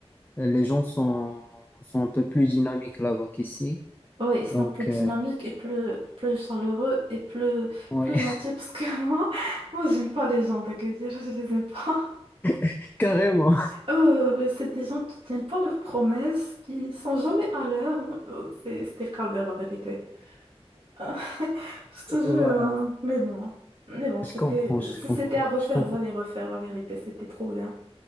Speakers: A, on the left; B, on the right.
A: les gens sont, sont un peu plus dynamiques là-bas qu'ici.
B: ouais, ils sont
A: Donc,
B: plus dynamiques
A: euh,
B: et plus, plus chaleureux et plus,
A: oui,
B: plus gentils parce que <laughs> moi, moi, j'aime pas les gens, t'inquiète, je les aime pas.
A: <laughs> carrément.
B: Euh, ouais, c'est des gens qui tiennent pas leurs promesses, qui sont jamais à l'heure. Moi, euh, c'est- C'était le calvaire, la vérité. Euh, <laughs> je te
A: Ouais,
B: jure, hein. mais bon. Mais bon,
A: je
B: c'était,
A: comprends, je
B: si
A: comprends,
B: c'était à refaire,
A: je comprends.
B: j'allais refaire, la vérité. C'était trop bien.